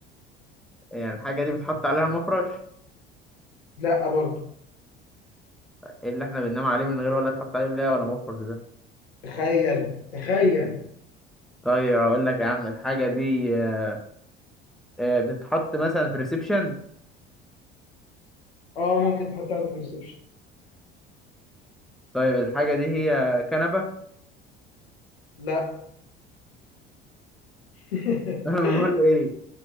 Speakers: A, in the centre; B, on the left.
A: يعني الحاجة دي بيتحط عليها مفرش
B: لا آه، برضه
A: إيه اللي احنا بننام عليه من غير ولا تحط عليه ملاية ولا مفرش ده
B: تخيل تخيل
A: طيب أقول لك يا عم الحاجة دي آه، آه، بتتحط مثلا في ريسبشن
B: اه ممكن تحط عادي في الريسبشن
A: طيب الحاجة دي هي كنبة
B: لا <laughs>
A: <laughs> امال ايه